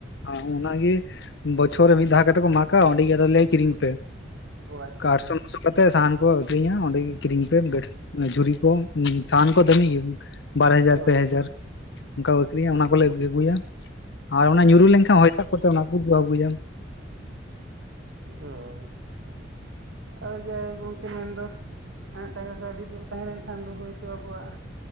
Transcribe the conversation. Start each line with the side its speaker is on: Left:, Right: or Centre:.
Left: ᱟᱸᱻ ᱚᱱᱟ ᱜᱮ ᱵᱚᱪᱷᱚᱨ ᱨᱮ ᱢᱤᱫ ᱫᱷᱟᱣ ᱠᱟᱛᱮᱜ ᱠᱚ ᱢᱟᱠᱟ ᱚᱸᱰᱮ ᱜᱮ ᱟᱫᱚ ᱞᱟᱹᱭ ᱠᱤᱨᱤᱧ ᱯᱮ᱾
Right: ᱚ ᱟᱪᱪᱷᱟ
Left: ᱠᱟᱨ
Right: ᱟᱪᱪᱷᱟ
Left: ᱥᱚᱱᱥᱳᱜ ᱠᱟᱛᱮ ᱥᱟᱦᱟᱱ ᱠᱚ ᱟᱹᱠᱷᱨᱤᱧᱟ ᱚᱸᱰᱮ ᱜᱤ ᱠᱤᱨᱤᱧ ᱯᱮ ᱵᱮᱴᱷ ᱱᱮ ᱡᱷᱩᱨᱤ ᱠᱚ ᱩᱸ ᱥᱟᱦᱟᱱ ᱠᱚ ᱫᱟᱹᱢᱤ ᱜᱤ ᱾ ᱵᱟᱨ ᱦᱟᱡᱟᱨ
Right: ᱦᱳᱭ
Left: ᱯᱮ
Right: ᱦᱳᱭ
Left: ᱦᱟᱡᱟᱨ᱾ ᱚᱱᱠᱟ ᱟᱹᱠᱷᱨᱤᱧᱟ ᱚᱱᱟ ᱠᱚᱞᱮ ᱟᱹᱜᱩᱭ ᱟᱹᱜᱩᱭᱟ ᱟᱨ ᱚᱱᱟ ᱧᱩᱨᱩ ᱞᱮᱱ ᱠᱷᱟᱜ ᱦᱚᱭ ᱫᱟᱜ ᱠᱚᱛᱮ ᱚᱱᱟ ᱠᱩ ᱜᱤ ᱟᱹᱜᱩᱭᱟ᱾
Right: ᱚᱻ᱾ ᱟᱫᱚ ᱡᱟᱭᱦᱳᱠ ᱜᱚᱝᱠᱮ ᱢᱮᱱ ᱫᱚ ᱮᱸ ᱴᱟᱠᱟ ᱠᱟᱹᱣᱰᱤ ᱫᱚ ᱛᱟᱦᱮᱸ ᱞᱮᱱ ᱠᱷᱟᱱ ᱫᱚ ᱦᱳᱭ ᱛᱥ ᱟᱵᱚᱣᱟᱜ